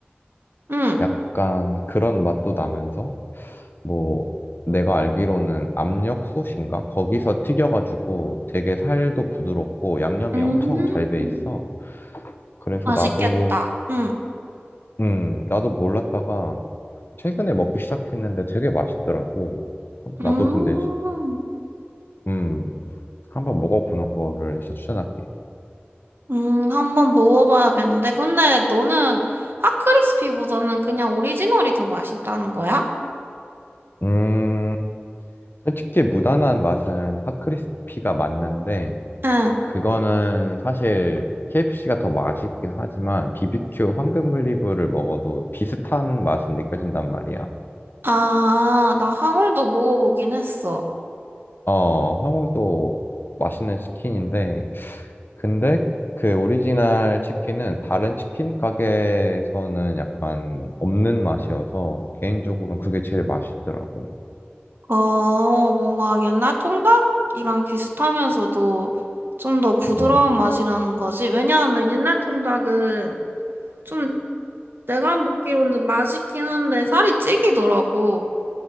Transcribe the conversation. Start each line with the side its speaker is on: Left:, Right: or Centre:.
Right: 응,
Left: 약간 그런 맛도 나면서 뭐 내가 알기로는 압력솥인가? 거기서 튀겨가지고 되게 살도 부드럽고 양념이
Right: 음,
Left: 엄청 잘 배 있어. 그래서
Right: 맛있겠다.
Left: 나도
Right: 응,
Left: 음 나도 몰랐다가 최근에 먹기 시작했는데 되게 맛있더라고.
Right: 음,
Left: 나도 근데 진- 음 한번 먹어보는 거를 진짜 추천할게.
Right: 음, 한번 먹어봐야겠는데. 근데 너는 핫크리스피보다는 그냥 오리지널이 더 맛있다는 거야?
Left: 음. 솔직히 무난한 맛은 핫크리스피가 맞는데
Right: 응.
Left: 그거는 사실 KFC가 더 맛있긴 하지만 BBQ 황금 올리브를 먹어도 비슷한 맛은 느껴진단 말이야.
Right: 아, 나 항울도 먹어보긴 했어.
Left: 어, 황홀도 맛있는 치킨인데 근데 그 오리지널 치킨은 다른 치킨 가게에서는 약간 없는 맛이어서 개인적으로는 그게 제일 맛있더라고.
Right: 어, 뭔가 옛날 통닭이랑 비슷하면서도 좀 더 부드러운
Left: 음.
Right: 맛이라는 거지. 왜냐하면 옛날 통닭은 좀 내가 먹기로는 맛있긴 한데 살이 찌기더라고.